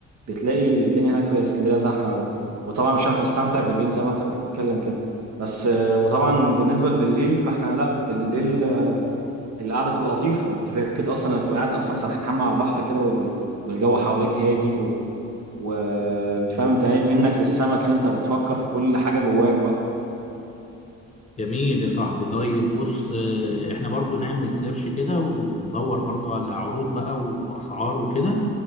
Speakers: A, on the right; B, on the left.
A: بتلاقي الدنيا هناك في اسكندريه زحمه قوي وطبعا مش عارف نستمتع بالليل زي ما انت بتتكلم كده بس آه، وطبعا بالنسبه لبالليل فاحنا لا بالليل آه، القعده تبقى لطيفه انت فكره اصلا انك تبقى قاعد اصلا سرحان مع البحر كده وال- والجو حواليك هادي وفاهم انت منك للسما كده انت بتفكر في كل حاجة جواك بقى
B: جميل يا صاحبي طيب بص آه، احنا برضو نعمل سيرش كده وندور برضو على عروض بقى واسعار وكده